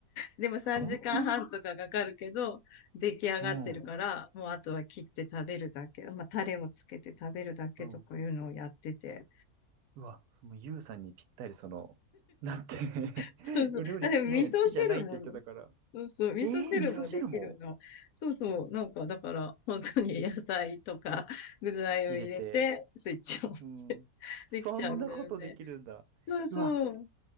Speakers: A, on the left (about 75°); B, on the right (about 80°).
A: でも3時間半とかかかるけど、
B: そんな
A: 出来上がってるから、
B: うん。
A: もうあとは切って食べるだけ、まあ、タレをつけて食べるだけとかいうのをやってて。
B: うん。うわ、そのユウさんにぴったりその、だって
A: そうそう。
B: <laughs> お料理ね、
A: あ、でも味噌汁もね。
B: 好きじゃないって言ってたから。
A: そうそう。味噌汁もできるの。
B: えー、味噌汁も
A: そうそう。なんか、だから、本当に野菜とか具材を入れて、
B: 入れて。
A: スイッチを押してできちゃうんだよね。
B: うん。そんなことできるんだ。
A: そうそう。
B: うわ、